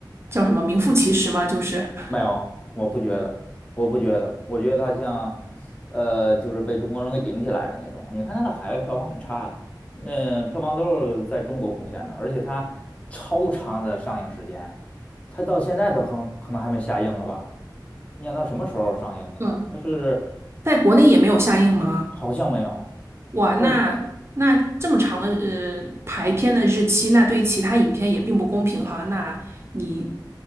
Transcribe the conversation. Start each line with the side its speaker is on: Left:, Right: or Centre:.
Right: 叫什么名副其实吗？就是，
Left: 没有，我不觉得，我不觉得，我觉得它像，呃，就是被中国人给顶起来的那种。你看它的海外票房很差的，那票房都是在中国贡献的，而且它超长的上映时间，它到现在都可能可能还没下映了吧？你想它什么时候上映的？
Right: 嗯，
Left: 它是
Right: 在国内也没有下映吗？
Left: 好像没有。
Right: 哇，那那这么长的呃排片的日期，
Left: 是。
Right: 那对于其他影片也并不公平哈。那你